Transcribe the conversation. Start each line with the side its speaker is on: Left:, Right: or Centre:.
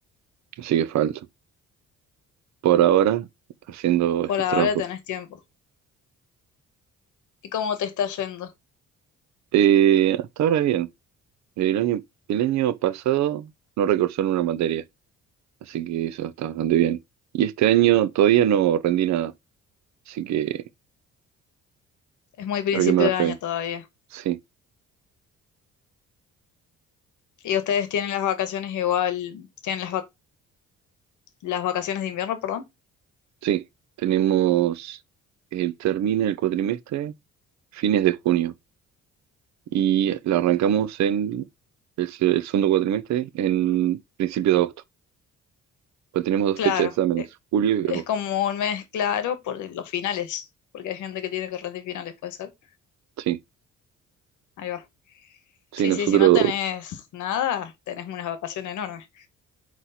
Right: así que falta. por ahora haciendo
Left: Por
Right: estos
Left: ahora
Right: trabajos.
Left: tenés tiempo. ¿Y cómo te está yendo?
Right: Eh, hasta ahora bien. El año, el año pasado no recursé en una materia, así que eso está bastante bien. Y este año todavía no rendí nada, así que
Left: Es muy principio
Right: espero que me vaya
Left: de año
Right: bien.
Left: todavía.
Right: Sí,
Left: ¿Y ustedes tienen las vacaciones igual? ¿Tienen las, vac- las vacaciones de invierno, perdón?
Right: sí. Tenemos, eh, termina el cuatrimestre fines de junio y la arrancamos en el, se- el segundo cuatrimestre en principio de agosto. Pero tenemos dos
Left: Claro,
Right: fechas de exámenes,
Left: eh,
Right: julio y
Left: es
Right: agosto.
Left: como un mes claro por los finales, porque hay gente que tiene que rendir finales, puede ser.
Right: Sí,
Left: Ahí va.
Right: sí,
Left: Sí,
Right: nosotros
Left: sí, si no tenés nada, tenés unas vacaciones enormes.